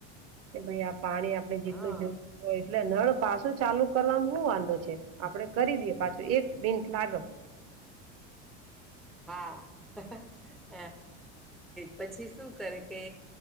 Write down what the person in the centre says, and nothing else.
હા
<unintelligible> એ પછી શું કરે કે